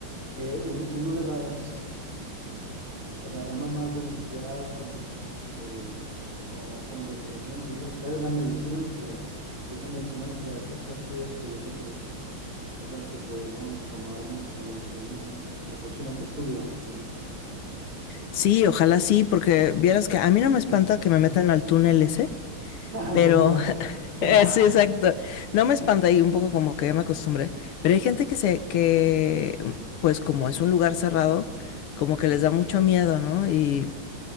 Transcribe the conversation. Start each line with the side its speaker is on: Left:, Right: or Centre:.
Right: eh, uno, uno de las, de las ramas más beneficiadas con, el- con, con la investigación de la física nuclear es la medicina nuclear. Y esa medicina nuclear que estás tú describiendo, pues es, es la que podemos tomar en nuestra conversación en, en nuestra próxima tertulia, el,
Left: Sí, ojalá sí, porque vieras que a mí no me espanta que me metan al túnel ese,
Right: <laughs> el
Left: pero
Right: tomógrafo.
Left: <laughs>
Right: <laughs>
Left: eh, sí, exacto. No me espanta y un poco como que ya me acostumbré, pero hay gente que se, que pues como es un lugar cerrado, como que les da mucho miedo, ¿no? Y